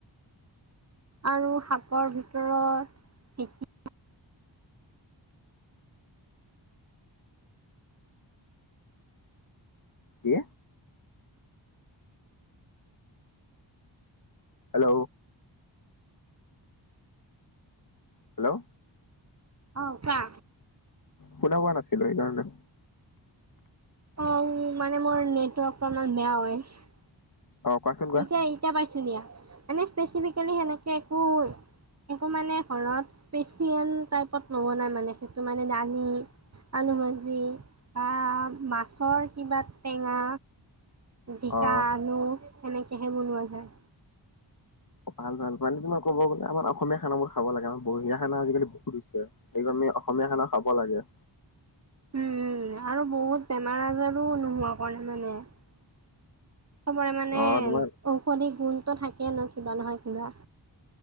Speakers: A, on the right (about 35°); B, on the left (about 45°).
A: আৰু শাকৰ ভিতৰত ঢেঁকী
B: কি হেল্ল'। হেল্ল'।
A: অ' কোৱা
B: শুনা পোৱা নাছিলো সেইকাৰণে
A: অ' মানে মোৰ নেট অকণমান বেয়া হৈ আছে
B: অ কোৱাচোন কোৱা
A: ইতিয়া ইতিয়া পাইছো দিয়া মানে স্পেচিফিকেলি সেনেকে একো একো মানে ঘৰত স্পেচিয়েল টাইপত নবনাই মানে সেইটো মানে দালি আলু ভাজি বা মাছৰ কিবা টেঙা জিকা,
B: অ অ
A: আলু সেনেকেহে বনোৱা যায়
B: ভাল ভাল মানে তোমাৰ কব গ'লে আমাৰ অসমীয়া খানাবোৰ খাব লাগে, আমাৰ বঢ়িয়া খানা আজিকালি বহুত হৈছে সেইকাৰণে আমি অসমীয়া খানা খাব লাগে।
A: উম আৰু বহুত বেমাৰ-আজাৰো নোহোৱা কাৰণে মানে চবৰে
B: অ
A: মানে
B: তোমাৰ
A: ঔষধি গুণ থাকে ন কিবা নহয় কিবা